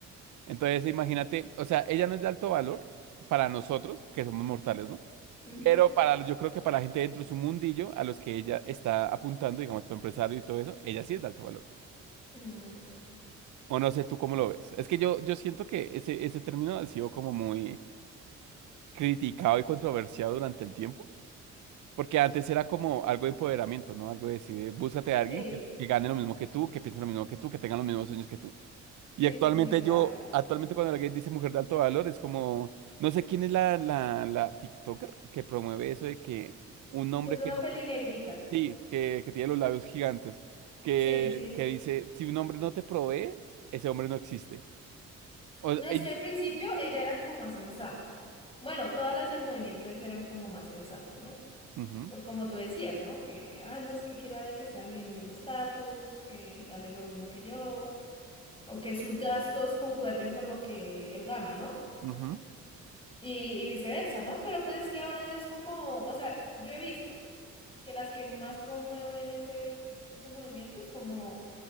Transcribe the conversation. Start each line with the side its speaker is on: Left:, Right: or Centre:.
Right: Entonces, imagínate, o sea, ella no es de alto valor para nosotros, que somos mortales, ¿no?
Left: Ujú.
Right: Pero para, yo creo que para la gente dentro de su mundillo, a los que ella está apuntando, digamos, para empresario y todo eso, ella sí es de alto valor.
Left: Mm,
Right: O no sé, ¿tú cómo lo ves? Es que yo, yo siento que ese, ese término ha sido como muy criticado y controversiado durante el tiempo, porque antes era como algo de empoderamiento, ¿no? Algo de decir, eh, búscate a alguien
Left: Sí,
Right: que, que gane lo mismo que tú, que piense lo mismo que tú, que tenga los mismos sueños que tú. Y
Left: sí,
Right: actualmente
Left: sí, sí. O sea,
Right: yo, actualmente cuando alguien dice mujer de alto valor, es como, no sé quién es la, la, la TikToker que promueve eso de que un hombre
Left: que es una
Right: que no,
Left: peli negrita.
Right: sí, que, que tiene los labios gigantes, que,
Left: Sí, sí, sí.
Right: que dice, si un hombre no te provee, ese hombre no existe. O,
Left: No, es
Right: y-
Left: que al principio ella era como más sensata. Bueno, todas las del movimiento ese eran como más sensato, ¿no?
Right: Ujú.
Left: por como tú decías, ¿no? Que, ah, no, es que quiero a alguien que sea mi mismo estatus, que gane lo mismo que yo, o que sus gastos concuerden con lo que él gana, ¿no?
Right: Ujú,
Left: Y, y viceversa, ¿no? Pero pues es que ahora ya es como, o sea, yo he visto que las que más promueven ese, ese movimiento es como,